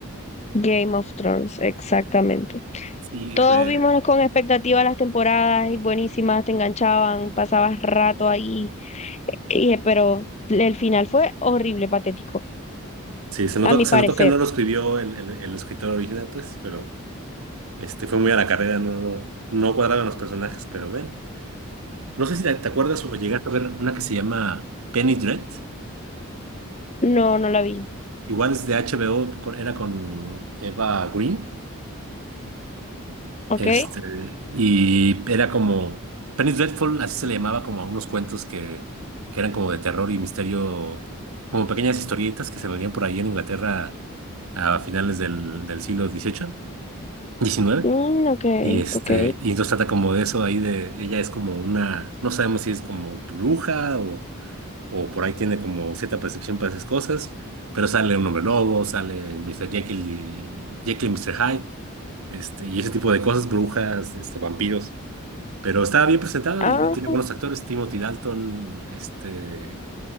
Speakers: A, on the left (about 30°); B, on the right (about 80°).
A: Game of Thrones, exactamente.
B: sí,
A: Todos
B: fue,
A: vimos con expectativa las temporadas y buenísimas, te enganchaban, pasabas rato ahí, y- pero el final fue horrible, patético.
B: sí, se notó,
A: a mi
B: se
A: parecer.
B: notó que no lo escribió el, el, el escritor original, pues, pero este, fue muy a la carrera, no, no, no cuadraban los personajes, pero bueno. No sé si te, te acuerdas o llegaste a ver una que se llama Penny Dread.
A: No, no la vi.
B: Igual es de HBO, con- era con Eva Green,
A: ¿Ok?
B: este, y era como, Penny Dreadful, así se le llamaba como a unos cuentos que, que eran como de terror y misterio, como pequeñas historietas que se vendían por ahí en Inglaterra a finales del, del siglo dieciocho diecinueve
A: Mm, ok,
B: y este,
A: ok.
B: y entonces trata como de eso ahí de, ella es como una, no sabemos si es como bruja o o por ahí tiene como cierta percepción para esas cosas, pero sale un hombre lobo, sale mister Jekyll y Jekyll y Mr. Hyde, este, y ese tipo de cosas, brujas, este, vampiros. Pero estaba bien presentado
A: Ah,
B: y, y tiene buenos actores, Timothy Dalton, este,